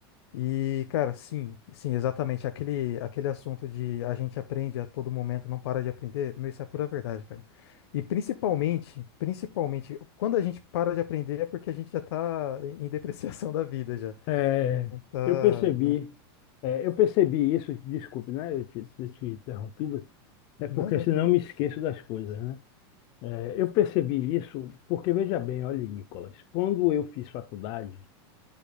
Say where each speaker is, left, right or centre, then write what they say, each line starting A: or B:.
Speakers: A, on the left; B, on the left.
A: E, cara, sim, sim, exatamente. Aquele, aquele assunto de a gente aprende a todo momento, não para de aprender, meu, isso é a pura verdade, cara. E principalmente, principalmente, quando a gente para de aprender é porque a gente já tá em em depreciação <laughs> da vida já.
B: É,
A: Não tá,
B: Eu percebi,
A: né?
B: é, eu percebi isso, desculpe, né? Eu te, ter te interrompido, é porque
A: Não, tranquilo.
B: senão eu me esqueço das coisas, né? É, eu percebi isso porque, veja bem, olha, Nicolas, quando eu fiz faculdade,